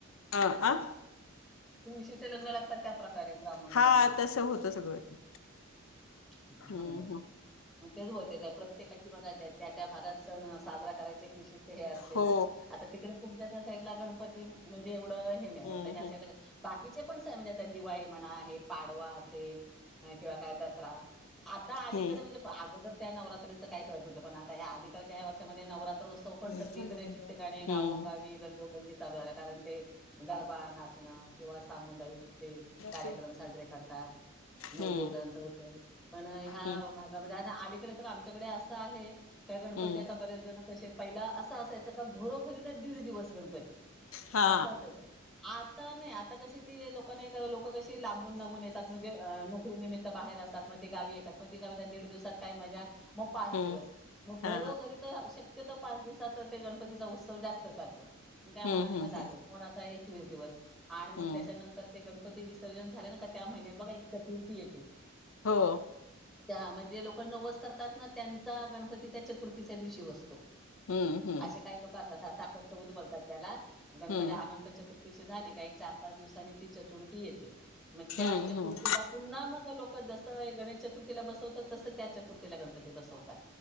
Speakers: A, on the left; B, in the centre.
A: अ
B: हा.
A: आ
B: तुळशीचे लग्न लागतात त्या प्रकारे, ब्राह्मण वगैरे.
A: हा तसं होतं सगळं ते.
B: <unintelligible>
A: हम्म हम्म
B: मग तेच बोलते काय, प्रत्येकाची बघा त्या-त्या भागात सणं साजरा करायची एक विशिष्ट हे असते
A: हो
B: ना. आता तिकडे तुमच्या त्या साईडला, गणपती म्हणजे एवढं हे नाही.
A: हम्म
B: आता ह्या
A: हम्म
B: साईडला बाकीचे पण सण म्हणजे आता दिवाळी म्हणा, हे पाडवा असेल किंवा काय दस रा. आता अलीकडे
A: हम्म
B: म्हणजे अगोदर त्या नवरात्रीचं काय कळत नव्हतं पण आता ह अलीकडच्या ह्या वर्षामध्ये नवरा त्र उत्सव पण
A: हम्म
B: सगळीकडे ठिकठिकाणी गावो
A: हम्म
B: गावी गल्लोगल्ली चालू झालं. कारण ते गरबा, नाच चणं किंवा सामुदायिक, ते कार्यक्रम
A: हम्म
B: साजरे करतात. नवदुर्गांचा
A: हम्म
B: उत्सव पण, ह्या
A: हम्म
B: भागामध्ये आता अलीकडे तर आमच्याकडे असं आहे काय गणपती
A: हम्म
B: आता बरेचजण कसे पहिला असं असायचं का घरोघरी ना दीड दिवस गणपती.
A: हा
B: असं असायचं. आता नाही, आता कशी ती लोकं नाही का लोक कशी लांबून लांबून येतात म्हणजे नोकरीनिमित्त बाहेर असतात. मग ते गावी येतात, पण ते काय म्हणतात दीड दिवसात काय मजा? मग पाच
A: हम्म
B: दिवस. मग
A: हा
B: घरोघरी तसं शक्यतो पाच दिवसाचा ते गणपतीचा उत्सव जास्त चालतो. त्या मनाने
A: हम्म हम्म
B: मग <unintelligible>
A: हम्म
B: कोणाचा एकवीस दिवस आणि मग
A: हम्म
B: त्याच्यानंतर ते गण पती विसर्जन झाले ना का त्या महिन्यात बघा एक चतुर्थी येते,
A: हो
B: त्या मग जे लोक नवस करतात ना त्यांचा गणपती त्या चतुर्थीच्या दिवशी बसतो,
A: हम्म हम्म
B: असे काही लोक असतात ह साखरच उद बोलतात त्याला, गणपती
A: हम्म
B: अनंत चतुर्थीची झाली का एक चार पाच दिवसांनी ती चतुर्थी येते. मग त्या
A: हम्म
B: चतुर्थीला
A: हम्म
B: पुन्हा मग लोक जसं गणेश चतुर्थीला बसवतात तसं त्या चतुर्थीला गणपती बसवतात.